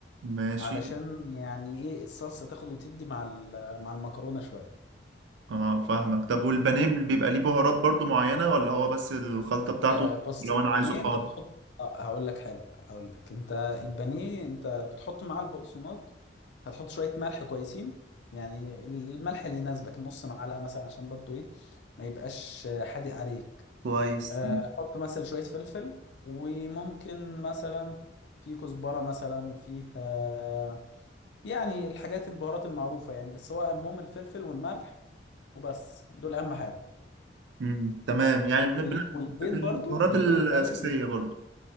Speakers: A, on the right; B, on the left.
A: ماشي
B: علشان يعني ايه الصلصه تاخد وتدي مع ال... مع المكرونه شويه
A: اه فاهمك طب والبانيه بيبقى ليه بهارات برضو معينه ولا هو بس الخلطه بتاعته
B: آه بص
A: لو
B: البانيه
A: انا عايزه
B: انت
A: حار
B: بتحط آه هقول لك حلو هقول لك انت البانيه انت بتحط معاه البقسماط هتحط شويه ملح كويسين يعني الملح اللي يناسبك نص معلقه مثلا عشان برضو ايه ما يبقاش آه، حادق عليك
A: كويس
B: آه، احط مثلا شويه فلفل وممكن مثلا في كزبره مثلا فيه آه، يعني الحاجات البهارات المعروفه يعني بس هو اهمهم الفلفل والملح وبس دول اهم حاجه
A: امم تمام يعني بن...
B: وال-
A: بن...
B: والبيض
A: البهارات
B: برضو البيض
A: الأساسية
B: برضو
A: برضو